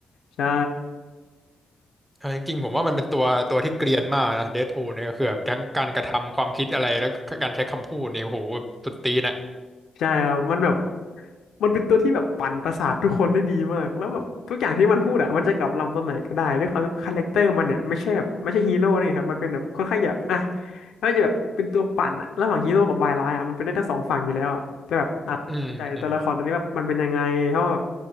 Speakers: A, on the left (about 75°); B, on the right (about 15°).
A: ใช่
B: เอาจริงๆผมว่ามันเป็นตัวตัวที่เกรียนมากนะเดดพูลเนี่ยก็คือแบบทั้งการกระทำความคิดอะไรแล้วก็การใช้คำพูดเนี่ยโหแบบสุดตีนอ่ะ
A: <laughs> ใช่ครับมันแบบ มันเป็นตัวที่แบบปั่นประสาททุกคนได้ดีมากแล้วแบบทุกอย่างที่มันพูดอะมันจะกลับลำตอนไหนก็ได้ด้วยความที่คาแรคเตอร์มันเนี่ยไม่ใช่แบบไม่ใช่ฮีโร่นี่ครับมันเป็นแบบค่อนข้างจะอ่ะแล้วจะแบบเป็นตัวปั่นอะระหว่างฮีโร่กับบายร้ายอะมันเป็นได้ทั้งสองฝั่งอยู่แล้วอะแต่แบบอาจเข้าใจตัวละครตัวนี้ว่ามันเป็นยังไงเพราะว่าแบบ
B: อืมอืม